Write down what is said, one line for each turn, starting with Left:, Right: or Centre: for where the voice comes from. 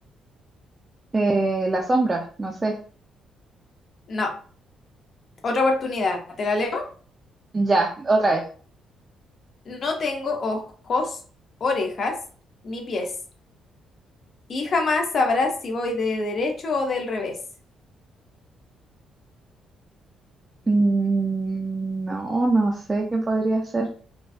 Right: Eh, la sombra, no sé.
Left: No, otra oportunidad, ¿te la leo?
Right: Ya, otra vez.
Left: No tengo ojos, orejas ni pies y jamás sabrás si voy de derecho o del revés.
Right: Mm, no, no sé qué podría ser.